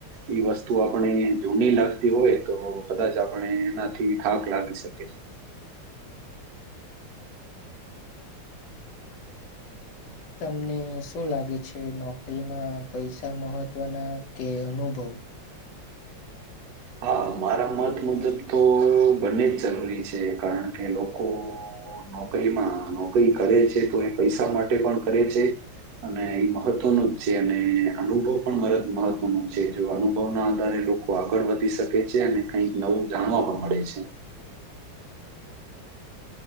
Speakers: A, on the right; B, on the left.
A: ઈ વસ્તુ આપણે જૂની લાગતી હોય તો કદાચ આપણે એનાથી થાક લાગી શકે <inaudible>
B: તમને શું લાગે છે નોકરીમાં પૈસા મહત્વના કે અનુભવ.
A: હા મારા મત મુજબ તો બંને જ જરૂરી છે કારણ કે લોકો ઓ નોકરીમાં નોકરી કરે છે તો એ પૈસા માટે પણ કરે છે. અને એ મહત્વનું જ છે અને અનુભવ પણ મરત મહત્વ નો છે જો અનુભવ ના આધારે લોકો આગળ વધી શકે છે અને કઈક નવું જાણવા પણ મળે છે.